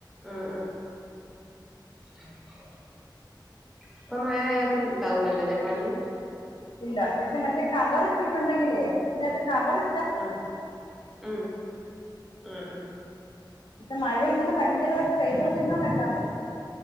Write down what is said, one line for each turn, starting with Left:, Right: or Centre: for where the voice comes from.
Centre: മ്ഹ് മ്ഹ് ഇപ്പൊ മഴ ആയാ ഇപ്പൊ ഇണ്ടാവൂലല്ലല്ലോ പണി
Left: ഇല്ല പക്ഷെ മറ്റേ കവർ ഇട്ടിട്ടൊണ്ടെങ്കിലേ അങ്ങനത്തെ കവറ്
Centre: ആഹ് ഉം മ്ഹ് മ്ഹ്
Left: ഇപ്പ മഴ ഇങ്ങനെ ഭയങ്കരമായിട്ട് പെയ്തോണ്ടിരുന്നാ വെട്ടാൻ പറ്റില്ല